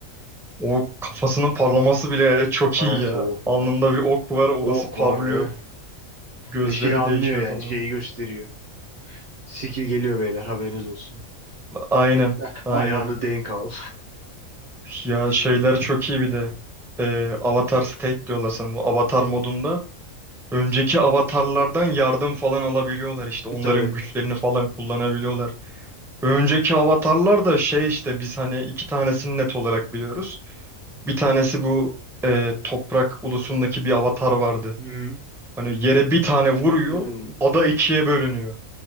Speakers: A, in the centre; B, on the right.
A: O kafasının parlaması bile çok
B: Evet
A: iyi ya.
B: o yani.
A: Alnında bir ok var orası
B: Ok
A: parlıyor.
B: var ve
A: Gözleri
B: ve şeyi anlıyor
A: değişiyor
B: yani
A: falan.
B: şeyi gösteriyor. Skill geliyor beyler haberiniz olsun.
A: Aynen.
B: <laughs>
A: Aynen.
B: Ayağını denk al.
A: Ya şeyler çok iyi bir de. Ee, Avatar State diyorlar sanırım. Bu avatar modunda önceki avatarlardan yardım falan alabiliyorlar işte. Onların
B: <laughs> Tabii.
A: güçlerini falan kullanabiliyorlar. Önceki avatarlar da şey işte biz hani iki tanesini net olarak biliyoruz. Bir tanesi bu e, toprak ulusundaki bir avatar vardı.
B: Hı.
A: Hani yere bir tane vuruyor,
B: Hı.
A: ada ikiye bölünüyor.